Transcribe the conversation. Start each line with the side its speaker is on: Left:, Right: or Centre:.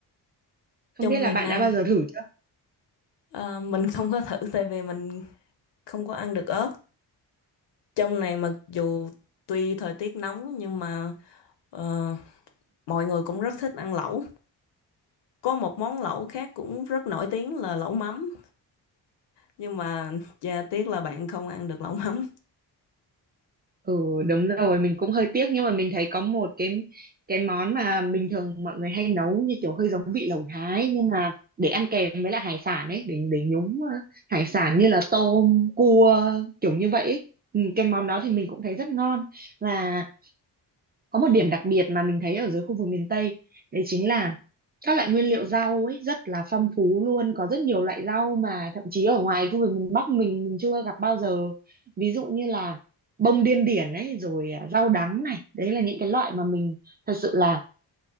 Right: Không
Left: Trong
Right: biết là
Left: miền
Right: bạn
Left: Nam
Right: đã bao giờ thử chưa?
Left: ờ, mình không có thử tại vì mình không có ăn được ớt. Trong này mặc dù tuy thời tiết nóng nhưng mà ờ, mọi người cũng rất thích ăn lẩu. Có một món lẩu khác cũng rất nổi tiếng là lẩu mắm. Nhưng mà chà, tiếc là bạn không ăn được lẩu mắm.
Right: Ừ đúng rồi mình cũng hơi tiếc nhưng mà mình thấy có một cái cái món mà bình thường mọi người hay nấu như kiểu hơi giống vị lẩu Thái nhưng mà để ăn kèm với lại hải sản ấy để để nhúng ờ, hải sản như là tôm cua kiểu như vậy ấy. Ừ, cái món đó thì mình cũng thấy rất ngon và có một điểm đặc biệt mà mình thấy ở dưới khu vực miền Tây đấy chính là các loại nguyên liệu rau ấy rất là phong phú luôn có rất nhiều loại rau mà thậm chí ở ngoài khu vực miền Bắc mình mình chưa gặp bao giờ ví dụ như là bông điên điển ấy rồi à, rau đắng này đấy là những cái loại mà mình thật sự là